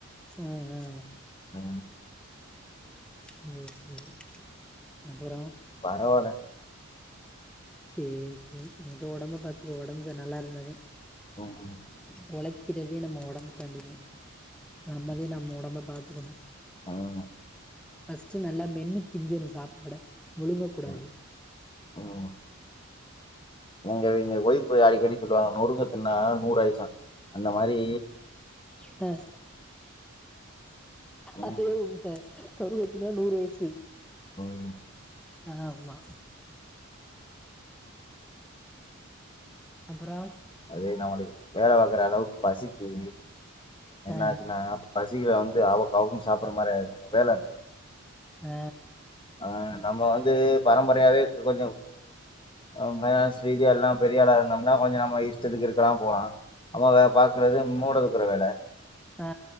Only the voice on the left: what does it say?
அ
அவுலதா
<unintelligible>
ஆமா
ம். ம் இங்க எங்க ஒய்பு அடிக்கடி சொல்லுவாங்க நொறுங்க தின்னா நூறு ஆயிசா அந்த மாரி
ம்,
ம்
அது நம்மளுக்கு வேலைபாக்குற அளவுக்கு பசிக்கி என்ன
ஆச்சுன்னா பசிக்கு வந்து அவக்கு அவக்குனு சாப்புற மாரிஆய்ரு நம்ம வேல அப்டி
ஆ நம்ம வந்து பரம்பரயாவே கொஞ்ச ம் ஹ ஸ்ரீதீ எல்லா பெரியளா இருந்தோனா கொஞ்ச நம்ம இஷ்டத்துக்கு இருக்கலா போலா அவ் அவ பாக்குறது மூடதூக்குற வேல